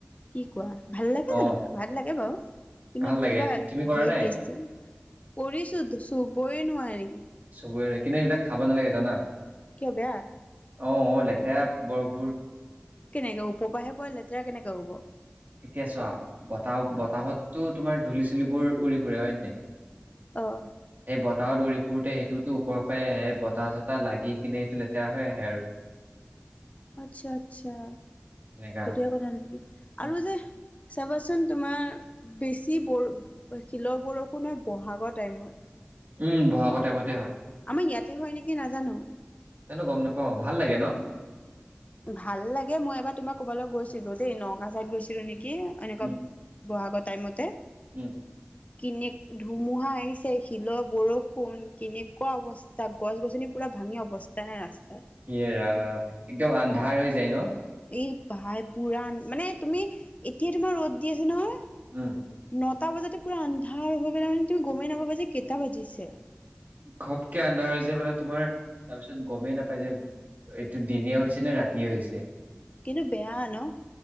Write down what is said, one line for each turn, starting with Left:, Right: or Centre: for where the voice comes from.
Left: কি কোৱা ভাল লাগে
Right: অ
Left: জানো ভাল লাগে বাৰু কিন্তু
Right: ভাল লাগে
Left: কিবা
Right: তুমি কৰা
Left: হে
Right: নাই
Left: টেষ্টতো কৰিছো চুবই নোৱাৰি
Right: চুবই নোৱাৰি কিন্তু এইবিলাক খাব নালাগে জানা
Left: কিয় বেয়া
Right: অঁ অঁ লেতেৰা বৰফবোৰ
Left: কেনেকৈ ওপৰ পৰাহে পোৱা লেতেৰা কেনেকৈ পৰিব
Right: এতিয়া চোৱা বতাহ বতাহতো তোমাৰ ধূলি চুলিবোৰ উৰি ফুৰে হয় নে নাই
Left: আঁ
Right: এই বতাহত উৰি ফুৰোতে সেইটোতো ওপৰৰ পৰাই আহে বতাহ চতাহ লাগি কিনে সেইটো লেতেৰা হৈ আহে আৰু
Left: আচ্ছা আচ্ছা
Right: এনেকা
Left: সেইটোয়ে কথা নেকি
Right: উম,
Left: আৰু যে চাবাচোন তোমাৰ বেছি ব শিলৰ বৰষুণ হয় বহাগৰ টাইমত
Right: উম বহাগৰ টায়মত
Left: আমাৰ ইয়াতে হয় নেকি নাজানো
Right: জানো গম নাপাওঁ ভাল লাগে ন
Left: ভাল লাগে মই এবাৰ তোমাৰ ক'ৰবালৈ গৈছিলো দেই নগাঁও চাইড গৈছিলো নেকি কি এনেকুৱা
Right: উম,
Left: বহাগত টাইম মতে
Right: উম
Left: কেনে ধুমুহা আহিছে শিলৰ বৰষুণ কেনেকুৱা অৱস্থা গছ -গছনি পুৰা ভাঙি অৱস্থা নাই ৰাস্তাত
Right: সেৰা একদম আন্ধাৰ হৈ যায় ন
Left: এই ভাই পুৰাণ মানে তুমি এতিয়া তোমাৰ ৰ'দ দি আছে নহয়
Right: উম
Left: নটা বজাতে পুৰা আন্ধাৰ হৈ পেলাই মানে তুমি গমেই নাপাবা যে কেইটা বাজিছে
Right: ঘপকৈ আন্ধাৰ হৈ যে মানে তোমাৰ তাৰপিছত গমেই নাপাই যে এইটো দিনে হৈছে নে ৰাতিয়ে হৈছে
Left: কিন্তু বেয়া ন